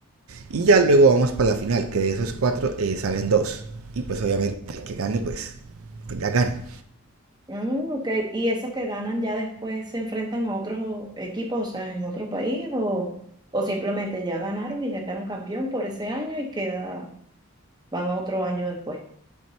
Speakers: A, on the right; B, on the right.
A: Y ya luego vamos para la final, que de esos cuatro eh, salen dos. Y pues obviamente el que gane, pues, pues ya gana.
B: Mm, ok. ¿Y esos que ganan ya después se enfrentan a otros equipos, o sea, en otro país, o, o simplemente ya ganaron y ya quedaron campeón por ese año y queda, van a otro año después?